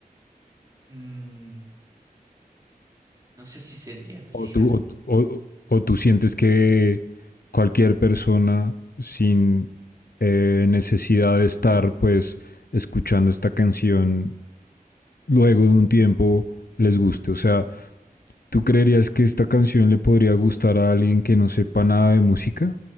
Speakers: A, on the right; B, on the left.
A: Mm, no sé si sería adquirido.
B: ¿O tú, o, tú- o- o o tú sientes que cualquier persona sin eh, necesidad de estar pues escuchando esta canción luego de un tiempo les guste? O sea, ¿Tú creerías que esta canción le podría gustar a alguien que no sepa nada de música?